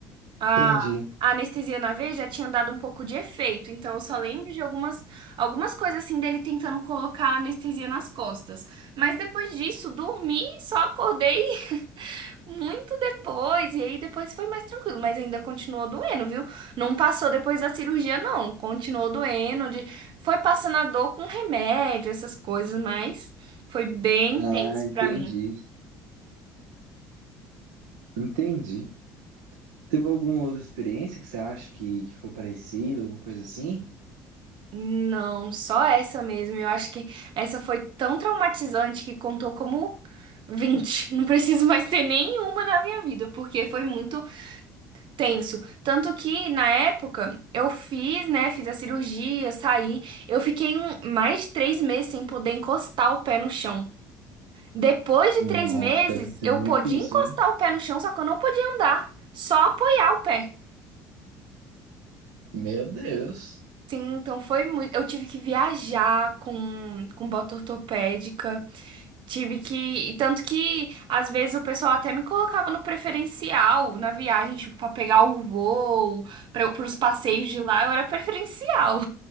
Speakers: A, on the right; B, on the right.
A: A,
B: Entendi.
A: a anestesia na veia já tinha dado um pouco de efeito. Então eu só lembro de algumas, algumas coisas, assim, dele tentando colocar a anestesia nas costas. Mas depois disso, dormi, só acordei muito depois, e aí depois foi mais tranquilo, mas ainda continuou doendo, viu? Não passou depois da cirurgia, não. Continuou doendo, de... foi passando a dor com remédio, essas coisas, mas foi bem
B: Ah,
A: intenso
B: entendi.
A: pra mim.
B: Entendi. Teve alguma outra experiência que você acha que, que foi parecida, alguma coisa assim?
A: Não, só essa mesmo. Eu acho que essa foi tão traumatizante que contou como vinte Não preciso mais ter nenhuma na minha vida, porque foi muito Tenso. Tanto que, na época, eu fiz, né? Fiz a cirurgia, saí. Eu fiquei um, mais de três meses sem poder encostar o pé no chão. Depois de
B: Nossa,
A: três meses,
B: deve ter sido
A: eu
B: difícil,
A: podia encostar
B: hein?
A: o pé no chão, só que eu não podia andar. Só apoiar o pé.
B: Meu Deus.
A: Sim, então foi muito. Eu tive que viajar com, com bota ortopédica. Tive que. e Tanto que, às vezes, o pessoal até me colocava no preferencial na viagem, tipo, pra pegar o voo para os passeios de lá, eu era preferencial.